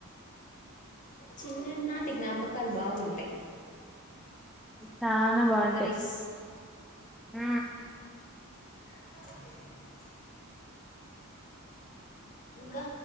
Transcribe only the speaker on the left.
చిన్నన్నాటి జ్ఞాపకాలు బాగుంటయ్
మెమరీస్
<inaudible> ఇంకా